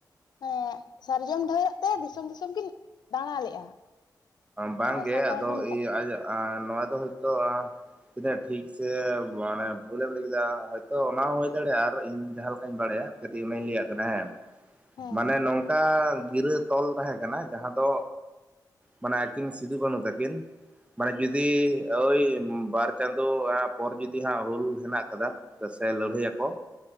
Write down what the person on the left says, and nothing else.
ᱦᱮᱸ ᱥᱟᱨᱡᱚᱢ ᱰᱷᱟᱣᱨᱟᱹᱜ ᱛᱮ ᱫᱤᱥᱚᱢ ᱫᱤᱥᱚᱢ ᱠᱤᱱ ᱫᱟᱬᱟ ᱞᱮᱜᱼᱟ᱾
ᱟᱨ ᱥᱟᱱᱛᱟᱲ
ᱠᱚ ᱢᱮᱛᱟᱜ
ᱦᱮᱸ